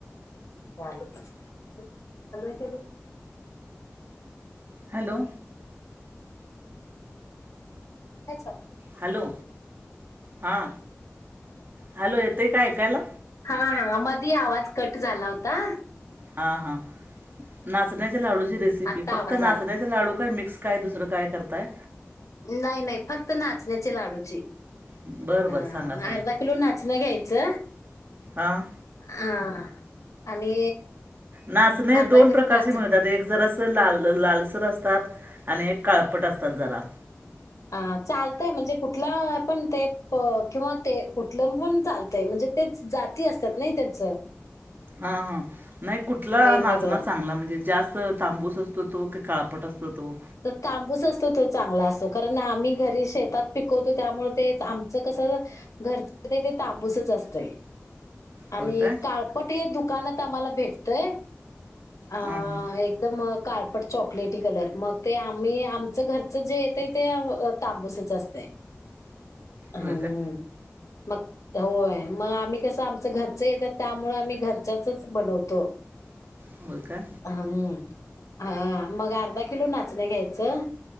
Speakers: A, on the left; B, on the right.
A: चाले ती
B: हॅलो
A: काय चाल
B: हॅलो हां हॅलो येतंय का ऐकायला
A: ह मध आवाज कट झाला होता
B: हा हा नाचण्याच्या लाडूची रेसिपी
A: आत्ता
B: फक्त
A: आवाज
B: नाचण्याचे
A: आला
B: लाडू काय मिक्स काय दुसरं काय करताय
A: नाही नाही फक्त नाचण्याचे लाडूची
B: बरं
A: हा
B: बरं सांगा सांगा
A: अर्धा किलो नाचणं घ्यायचं
B: हां
A: हा आणि
B: नाचणे
A: अर्धा
B: दोन
A: किलो
B: प्रकारचे
A: नाचणं
B: मिळतात एक जरा अस लाल लालसर असतात आणि काळपट असतात जरा
A: ह चालतय म्हणजे कुठे कुठला पण ते किंवा ते कुठलं पण चालतय म्हणजे ते जाती असतात नाही त्यां स
B: हा हा नाही कुठला
A: वेगवेगळं
B: नाचण चांगला म्हणजे जास्त तांबूस असतो तो की काळापट असतो तो
A: तर तांबूस असतो तो चांगला असतो कारण आम्ही घरी शेतात पिकवतो त्यामुळे ते आमचं कस घरच ते तांबूसच असतय आणि
B: होय काय
A: काळपट हे दुकानात आम्हाला भेटतय अ
B: हां हां
A: एकदम कारपट चॉकलेटी कलर मग ते आम्ही आमचं घरचं जे येतंय ते तांबूसच असत हम्म
B: होय काय
A: मग होय मग आम्ही कसं आमचं घरचं येतात त्यामुळे आम्ही घरच्याचच बनवतो
B: होय काय
A: हम्म हा मग अर्धा किलो नाचणे घ्यायचं